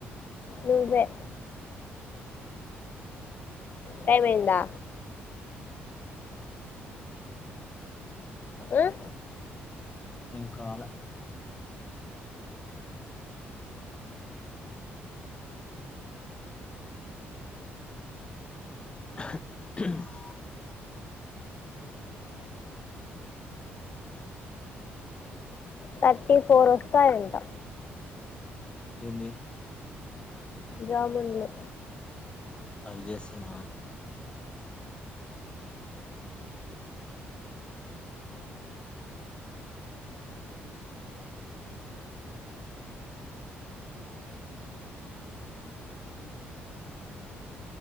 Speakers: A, on the left (about 45°); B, on the left (about 25°).
A: నువ్వే టైం అయిందా ఆ
B: ఇంకాల <unintelligible>
A: తర్టీ ఫోర్ వస్తయంటా
B: ఏంది
A: జమున్లు
B: అవి చేసిన